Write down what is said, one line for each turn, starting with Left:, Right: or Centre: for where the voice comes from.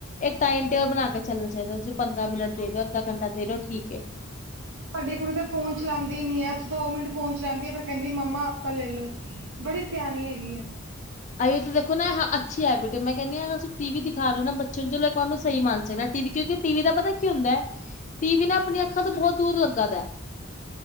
Left: ਇੱਕ ਟਾਈਮ ਟੇਬਲ ਬਣਾ ਕੇ ਚੱਲਣਾ ਚਾਹੀਦਾ ਤੁਸੀਂ ਪੰਦਰਾਂ ਮਿੰਟ ਦੇ ਰਹੇ ਅੱਧਾ ਘੰਟਾ ਦੇ ਦਿਹੇ ਠੀਕ ਹੈ
Right: ਸਾਡੀ ਕੁੜੀ ਤਾਂ ਫੋਨ ਚਲਾਉਂਦੀ ਨੀ ਆ ਦੋ ਮਿੰਟ ਫੋਨ ਚਲਾਉਂਦੀ ਆ ਫੇਿਰ ਕਹਿੰਦੀ ਮੰਮਾ ਆਪਾ ਲੈ ਲੋ ਬੜੀ ਸਿਆਣੀ ਹੈਗੀ ਆ
Left: ਅਸੀਂ ਤਾਂ ਦੇਖੋ ਨਾ ਅੱਛੀ ਹੈ ਬੇਟੇ ਮੈਂ ਕਹਿੰਦੀ ਹ ਅਸੀਂ ਟੀ ਵੀ ਦਿਖਾ ਰਹੇ ਹੋ ਨਾ ਬੱਚਿਆਂ ਨੂੰ ਚਲ ਉਹਨੂੰ ਸਹੀ ਮੰਨ ਸਕਦੇ ਕਿਉਂਕਿ ਟੀ ਵੀ ਦਾ ਪਤਾ ਕੀ ਹੁੰਦਾ ਹੈ ਟੀ ਵੀ ਨਾ ਆਪਣੀਆਂ ਅੱਖਾਂ ਤੋਂ ਬਹੁਤ ਦੂਰ ਲੱਗਾ ਦਾ